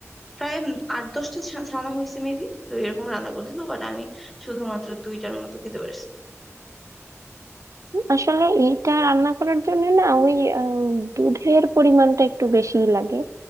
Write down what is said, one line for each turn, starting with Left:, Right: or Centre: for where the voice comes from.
Centre: প্রায় আট দশটা ছা- ছানা হয়েছে মেবি তো এরকম রান্না করেছিল বাট আমি শুধুমাত্র দুইটার মতো খেতে পারছি
Right: আসলে এইটা রান্না করার জন্য না ওই আহ, দুধের পরিমাণটা একটু বেশিই লাগে